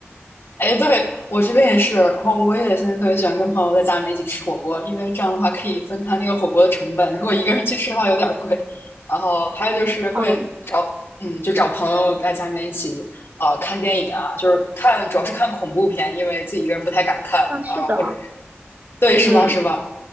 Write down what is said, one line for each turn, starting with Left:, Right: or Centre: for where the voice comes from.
Left: 哎，对，我这边也是，然后我也现在特别喜欢跟朋友在家里面一起吃火锅，因为这样的话可以分摊那个火锅的成本。如果一个人去吃的话有点儿贵，然后还有就是会找，
Right: 嗯，
Left: 嗯，就找朋友在家里面一起，呃，看电影啊，就是看，主要是看恐怖片，因为自己一个人不太敢看啊，
Right: 嗯，是的，
Left: 或者是，对，是吧，
Right: 嗯
Left: 是吧？